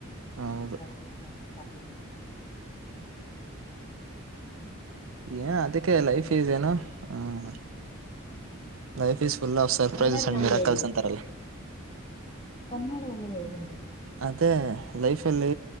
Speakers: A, on the right; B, on the left.
A: ಹೌದು
B: ಎ <unintelligible> ಲ
A: ಏನ್ ಅದಕ್ಕೆ ಲೈಫ್ ಈಸ್ ಏನು hmm life is full of surprises
B: ಕನ್ನಡದಲ್ಲಿ
A: ಅಣ್ಣ ಮೀರಾ
B: ಹೇಳಿ
A: ಕಲ್ಸಸ್ ಅಂತಾರಲ್ಲ
B: ಕನ್ನಡದಲ್ಲಿ ಹೇಳಿ ಮೇಡಂ
A: ಅದೇ ಲೈಫ್ಲ್ಲಿ